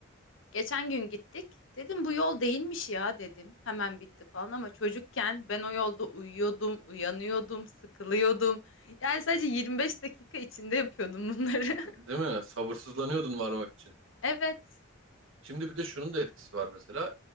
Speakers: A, on the left; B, on the right.
A: Geçen gün gittik. Dedim bu yol değilmiş ya dedim. Hemen bitti falan ama çocukken ben o yolda uyuyordum, uyanıyordum, sıkılıyordum. Yani sadece 25 dakika içinde yapıyordum bunları.
B: Değil
A: <laughs>
B: mi? Sabırsızlanıyordun varmak için.
A: Evet.
B: Şimdi bir de şunun da etkisi var mesela.